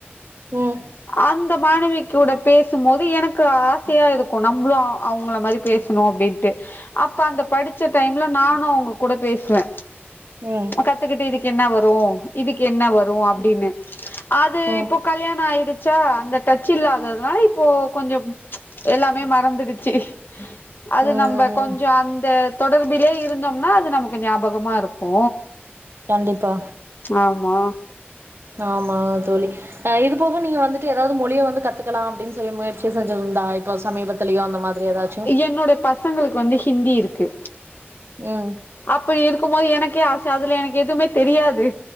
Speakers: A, on the right (about 70°); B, on the left (about 55°).
A: ம்
B: அந்த மாணவிக் கூட பேசும்போது எனக்கு ஆசையா இருக்கு நம்மளு அவுங்ள மாரி பேசணு அப்டின்ட்டு அப் அப்ப அந்த படிச்ச டைம்ல நானு அவூங்க கூட பேசுவே
A: ம்
B: கத்துக்கிட்டு இருக்க என்ன வரு இதுக்கு என்ன வரு அப்டின்னு அது
A: ம்
B: இப்போ கல்யாண ஆயிடுச் சா அந்த டச்சு இல்லாததுனால இப்போ கொஞ்சோ எல்லாமே மறந்துடுச்சு அது
A: ம்
B: நம்ப கொஞ்ச அந்த தொடர்பிலே இருந்தோம்னா அது நமக்கு ஞாபகமா இருக்கு
A: கண்டிப்பா
B: ஆமா
A: ஆமா தோழி இது போக நீங்க வந்துட்டு எதா வது மொழிய வந்து கத்துக்கலாம் அப்டின்னு சொல்லி முயற்சி செஞ்சதுண்டா இப்போ சமீபத்துலயோ அந்த மாதிரி ஏதாச்சும்
B: என்னோடைய பசங்களுக்கு வந்து ஹிந்தி இருக்கு
A: ம்
B: அப்படி இருக்கும் போது எனக்கே ஆசை அதுல எனக்கு எதுவுமே தெரியாது